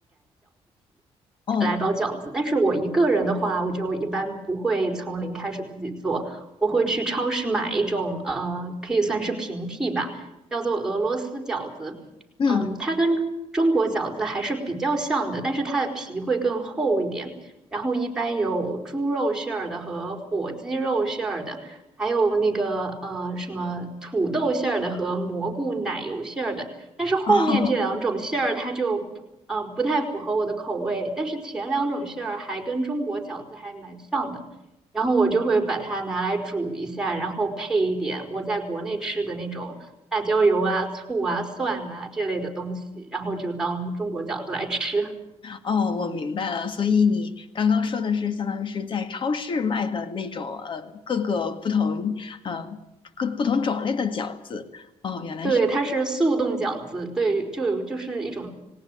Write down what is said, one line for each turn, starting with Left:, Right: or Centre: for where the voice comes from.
Left: 哦，
Centre: 来包饺子。但是我一个人的话，我就一般不会从零开始自己做，我会去超市买一种呃，可以算是平替吧，叫做俄罗斯饺子。
Left: 嗯，
Centre: 嗯，它跟中国饺子还是比较像的，但是它的皮会更厚一点。然后一般有猪肉馅儿的和火鸡肉馅儿的，还有那个呃什么土豆馅儿的和蘑菇奶油馅儿的。但是后面这两种馅儿它就呃，
Left: <laughs>
Centre: 不太符合我的口味，但是前两种馅儿还跟中国饺子还蛮像的，然后我就会把它拿来煮一下，然后配一点我在国内吃的那种辣椒油啊、醋啊、蒜啊这类的东西，然后就当中国饺子来吃。
Left: 哦，我明白了。所以你刚刚说的是，相当于是在超市卖的那种，呃，各个不同，呃，各不同种类的饺子。哦，
Centre: <laughs>
Left: 原来是。
Centre: 对，它是速冻饺子，对，就有就是一种